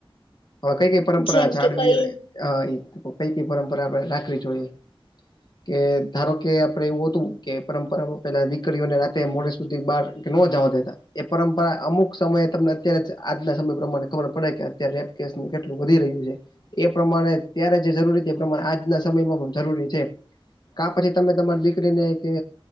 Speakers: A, on the left (about 50°); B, on the left (about 70°).
A: અ કઈ કઈ પરંપરા
B: જેમ
A: જાળવી
B: કે કઈ
A: અય કઈ કઈ પરંપરા આપણે રાખવી જોઈએ? કે ધારો કે આપડે એવું હતું કે પરંપરામાં પેલા દીકરીઓને રાખ તે મોડે સુધી બાર નો જાવા દેતા. એ પરંપરા અમુક સમયે તમને અત્યારે જ આજના સમય પ્રમાણે ખબર પડે કે અત્યારે રે પ કેસમાં કેટલું વધી રહ્યું છે. એ પ્રમાણે ત્યારે જે જરૂરી એ પ્રમાણે આજના સમયમાં જરૂરી છે. કા પછી તમે તમારી દીકરીને કે